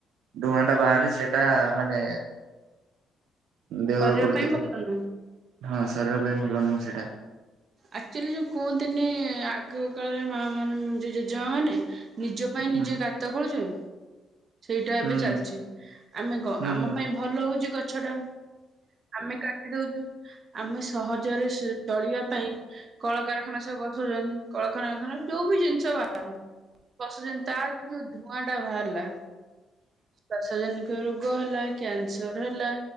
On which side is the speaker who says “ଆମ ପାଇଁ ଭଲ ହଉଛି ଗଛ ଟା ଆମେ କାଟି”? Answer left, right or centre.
Right